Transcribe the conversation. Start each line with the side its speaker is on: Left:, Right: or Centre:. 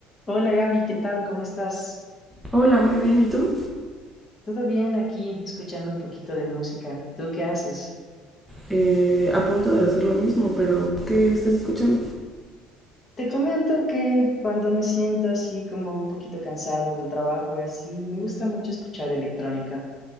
Left: Hola Gaby, ¿qué tal? ¿Cómo estás?
Centre: Hola, muy bien. ¿Y tú?
Left: Todo bien aquí, escuchando un poquito de música. ¿Tú qué haces?
Centre: Eh, a punto de hacer lo mismo, pero ¿qué estás escuchando?
Left: Te comento que cuando me siento así como un poquito cansado del trabajo y así, me gusta mucho escuchar electrónica.